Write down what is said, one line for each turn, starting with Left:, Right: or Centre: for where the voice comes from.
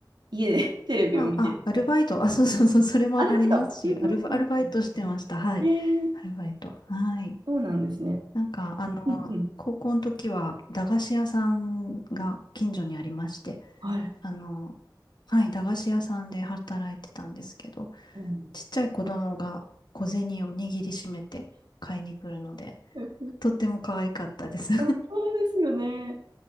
Right: 家で <laughs> テレビを見てるみたいな。
Left: あ、あ、アルバイト。あ、そうそうそう。それもありますし、
Right: アルバイト。うんうんうん。
Left: アルバ、アルバイトしてました。はい。
Right: えー、
Left: アルバイト。はい。
Right: そうなんですね。
Left: なんか、あの高校の時は駄菓子屋さんが近所にありまして、
Right: うんうん。はい。
Left: あの、はい、駄菓子屋さんで働いてたんですけど、
Right: うん、
Left: ちっちゃい子供が小銭を握りしめて買いに来るので、
Right: <laughs>
Left: とっても可愛かったです。
Right: あ、そうですよね。